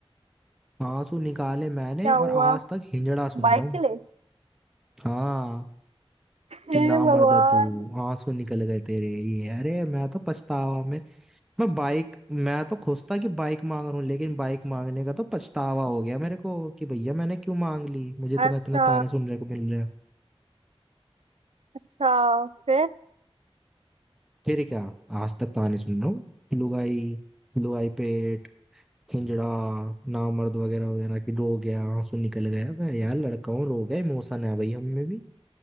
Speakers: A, in the centre; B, on the right.
A: आंसू निकाले मैंने
B: क्या
A: और
B: हुआ
A: आज तक हिंजड़ा सुन
B: बाइक
A: रहा हूँ
B: के लिए
A: हाँ
B: हे
A: कि नामर्द
B: भगवान
A: है तू आंसू निकल गए तेरे ये अरे मैं तो पछतावा में मैं बाइक मैं तो खुश था कि बाइक मांग रहा हूँ लेकिन बाइक मांगने का तो पछतावा हो गया मेरे को कि भैया मैंने क्यों मांग ली मुझे इतना
B: अच्छा
A: इतना ताने सुनने को मिल रहे हैं
B: अच्छा फिर
A: फिर क्या आज तक ताने सुन रहा हूँ लुगाई लुगाई पेट हिंजड़ा नामर्द वगैरह वगैरह कि रो गया आंसू निकल गया मैं यार लड़का हूँ रो गया इमोशन है भाई हम में भी